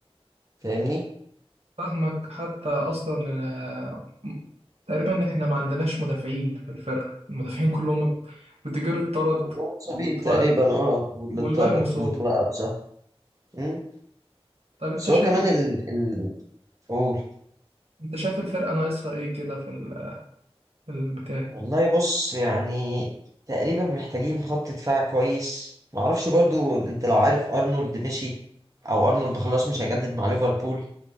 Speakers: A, on the right (about 30°); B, on the right (about 80°).
A: فاهمني
B: فاهمك حتى اصلا آه، تقريبا احنا ما عندناش مدافعين في الفرقة المدافعين كلهم روديجير اتطرد
A: كلهم مصابين
B: واتوقف
A: تقريبا اه واللي
B: والباقي
A: اتطرد
B: مصاب
A: واتوقف صح مم.
B: طب انت
A: بس
B: شايف
A: هو كمان ال ال قول
B: انت شايف الفرقة ناقصها ايه كده في ال- في البتاع
A: والله بص يعني تقريبا محتاجين خط دفاع كويس معرفش برضو انت لو عارف ارنولد مشي او ارنولد خلاص مش هيجدد مع ليفربول